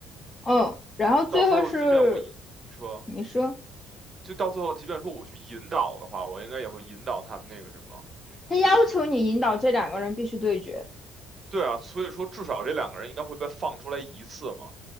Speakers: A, on the left; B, on the right.
A: 嗯，然后最后是
B: 到时候即便我一你说，
A: 你说
B: 就到最后，即便说我去引导的话，我应该也会引导他们那个什么。
A: 他要求你引导这两个人必须对决，
B: 对啊，所以说至少这两个人应该会被放出来一次嘛。